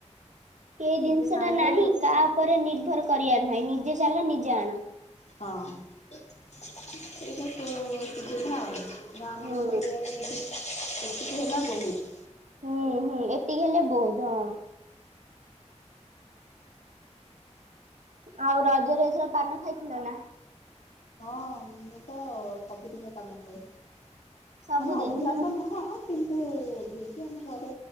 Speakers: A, on the right; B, on the left.
A: ଏଇ
B: ନିଜେ
A: ଜିନିଷଟା
B: ଚାହିଁଲେ
A: ନାହିଁ କା ଉପରେ ନିର୍ଭର କରିବାର ନାହିଁ ନିଜେ ଚାଲ ନିଜେ ଆଣ।
B: ହଁ ସେଇଟା ସୁବିଧା ଆଉ ଗ ମାନ
A: ହୁଁ
B: କର। ଯଦି ଏତିକି ହେଲା ବହୁତ।
A: ହୁଁ ହୁଁ ଏତିକି ହେଲେ ବହୁତ ହଁ। ଆଉ ରଜରେ ଏଥର ପାନ ଖାଇଥିଲ ନା?
B: ହଁ ମୁଁ ତ ସବୁଦିନ ପାନ ଖାଏ।
A: ସବୁଦିନ
B: ଆମେ ଅଭ୍ୟାସ
A: ହୁଁ
B: ନୁହଁ କିନ୍ତୁ ଯେହେତୁ ଆମ ଘରେ